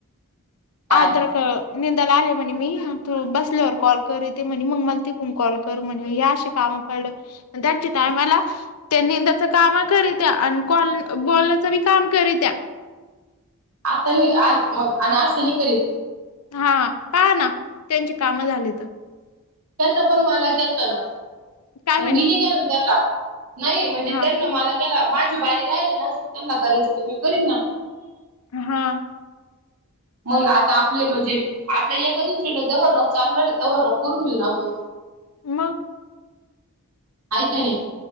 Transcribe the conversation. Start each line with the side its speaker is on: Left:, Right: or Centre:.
Right: काय
Left: आद्र का निंदाला आले म्हणे मी तू बसल्यावर कॉल कर येते म्हणे मग मला तिकून कॉल. कर म्हण ह अशी काम पडलं त्यांच्या टायमाला त्या निंदाच काम करीत्या आणि कॉल बोलण्याचं बी काम करीत्या
Right: आतानी आज मग आणि आज त्यांनी करीत
Left: हा पहा ना त्यांची कामं झाली तर
Right: त्यांना पण मला केलत ना
Left: काय
Right: पण
Left: म्हणे
Right: मी नाही केेल ना त्यांना नाही म्हणजे
Left: हा
Right: त्यांना मला केला माझी बारी राहिली ना अजूक त्यांना करायची तर मी करीन ना.
Left: हा
Right: मग आता आपले म्हणजे आपल्याला एका दुसरीेला जवर लोक चालू राहिले तवर लोक करून घेऊन आपण
Left: मग
Right: ऐकणे